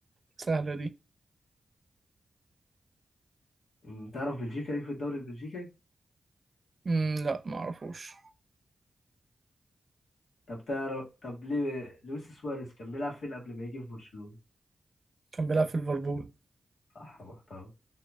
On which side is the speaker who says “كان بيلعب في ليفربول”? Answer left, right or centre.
Right